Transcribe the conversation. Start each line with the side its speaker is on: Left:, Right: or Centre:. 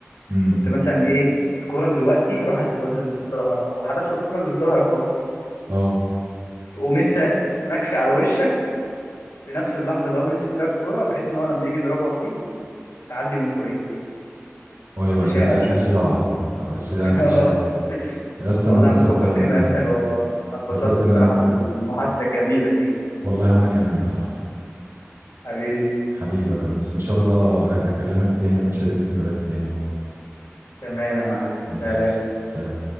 Right: امم
Left: كنت مثلا ايه الكره دلوقتي راحت للواد اللي في ظهرك هو حدف له الكره اللي في ظهرك اهو
Right: اه
Left: تقوم انت مكفي على وشك في نفس اللحظه اللي هو بيمسك فيها الكره بحيث ان هو لما يجي يضربها فيك تعدي من فوقيه
Right: ايوه
Left: انا
Right: دي
Left: شاعر
Right: لا دي صياعة دي بس لا
Left: <laughs>
Right: انت مش عارف
Left: اه
Right: يا اسطى
Left: والله
Right: انا اتبسطت
Left: يا عم فكرتني
Right: قوي ان انا
Left: بايام حلوه والله انا اتبسطت
Right: اتبسطت
Left: الصراحه
Right: ان انا كده
Left: بال- بالمحادثه الجميله دي
Right: والله وانا كمان يا صاحبي
Left: حبيبي
Right: حبيبي يا ريس ان شاء الله اكلمك تاني ونشارك ذكريات تاني مع بعض
Left: تمام يا معلم
Right: ماشي
Left: سلام
Right: سلام